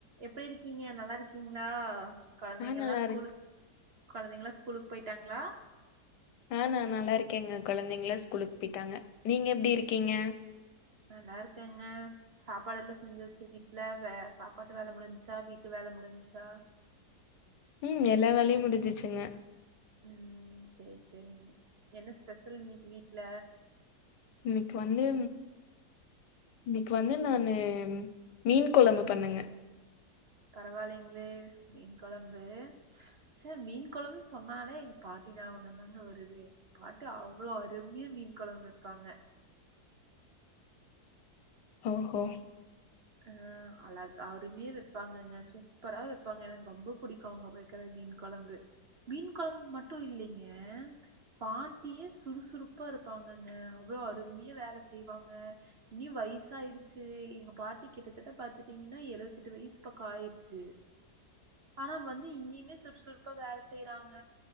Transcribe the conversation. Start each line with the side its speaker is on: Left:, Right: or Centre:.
Right: எப்டி இருக்கீங்க நல்லா இருக்கீங்களா கொழந்தைங்க
Left: ஆ நல்லா
Right: எல்லா ஸ்கூலுக்
Left: இருக்
Right: கொழந்தைங்களா ஸ்கூலுக்கு போயிட்டாங்ளா
Left: அ நா நல்லாருக்கேங்க கொழந்தைங்களா ஸ்கூலுக்கு போயிட்டாங்க நீங்க எப்டி இருக்கீங்க
Right: நல்லாருக்கங்க சாப்பாடெல்லா செஞ்சாச்சா வீட்ல வே சாப்பாட்டு வேல முடிஞ்ச்சா வீட்டு வேல முடிஞ்ச்சா
Left: ம் எல்லா வேலயு முடிஞ்சிச்சுங்க
Right: ம் சேரி சேரிங்க என்ன ஸ்பெஷல் இன்னிக்கி வீட்ல
Left: இன்னக்கி வந்து இன்னிக்கி வந்து நானு மீன் கொழம்பு பண்ணங்க
Right: பரவால்லீங்ளே மீன் கொழம்பு ச்ச மீன் கொழம்பு சொன்னாலே எங்க பாட்டி ஞாபகந்தாங்க வருது பாட்டி அவ்ளோ அருமையா மீன் கொழம்பு வெப்பாங்க
Left: ஓஹோ
Right: அ அழக் அருமையா வெப்பாங்கங்க சூப்பரா வெப்பாங்க எனக்கு ரொம்ப புடிக்கு அவுங்க வெக் கற மீன் கொழம்பு மீன் கொழம்பு மட்டு இல்லைங்க பாட்டியே சுறுசுறுப்பா இருப்பாங்கங்க அவ்ளோ அருமையா வேல செய்வாங்க இனி வயசாயிருச்சி எங்க பாட்டிக் கிட்டத்தட்ட பாத்துட்டீங்கன்னா எழுவத்தெட்டு வயசு பக்கோ ஆயிருச்சு ஆனா வந்து இன்னியுமே சுறுசுறுப்பா வேல செய்றாங்க